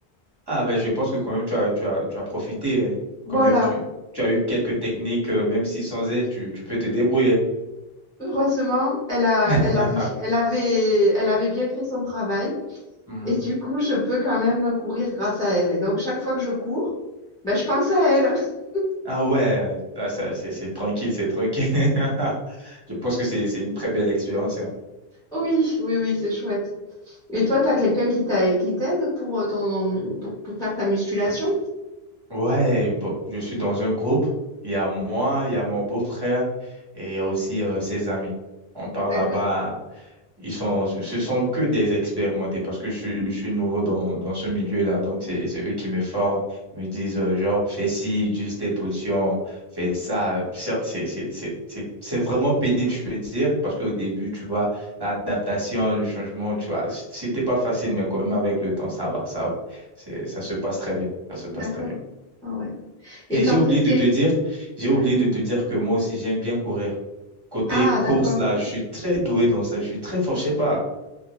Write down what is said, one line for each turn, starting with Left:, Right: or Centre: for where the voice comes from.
Right: Ah, ben je pense que quand même tu as, tu as, tu as profité. hein.
Centre: Voilà.
Right: Quand même, tu, tu as eu quelques techniques, euh, même si sans elles, tu, tu peux te débrouiller.
Centre: Heureusement, elle a elle
Right: <laughs>
Centre: avait elle avait elle avait bien fait son travail
Right: Mhm.
Centre: et du coup, je peux quand même courir grâce à elle. Et donc chaque fois que je cours, ben je pense à elle. <laughs>
Right: Ah ouais, ah, ça, c'est c'est tranquille, c'est tranquille. <laughs> Je pense que c'est c'est une très belle expérience. hein.
Centre: Oui, oui, oui, c'est chouette. Et toi, t'as quelqu'un qui t'a qui t'aide pour euh, ton pour pour faire ta musculation?
Right: Ouais, bon, je suis dans un groupe. Il y a moi, il y a mon beau-frère et il y a aussi euh, ses amis. On part
Centre: D'accord,
Right: là-bas Ils sont, ce sont que des expérimentés parce que je, suis- je suis nouveau dans, dans ce milieu-là. Donc, c'est, c'est eux qui me forment. Ils me disent, euh, genre, fais ci, utilise telle position, fais ça. Certes, c'est, c'est, c'est, c'est, c'est vraiment pénible, je peux dire, parce qu'au début, tu vois, l'adaptation, le changement, tu vois, c- c'était pas facile, mais quand même, avec le temps, ça va, ça va. C'est, ça se passe très bien. Ça se passe
Centre: d'accord.
Right: très bien.
Centre: Ah ouais. Et
Right: Et
Centre: quand
Right: j'ai oublié
Centre: t'étais
Right: de te dire, j'ai
Centre: Ouais.
Right: oublié de te dire que moi aussi, j'aime bien courir. Côté
Centre: Ah,
Right: course,
Centre: d'accord.
Right: là, je suis très doué dans ça. Je suis très fort, je sais pas.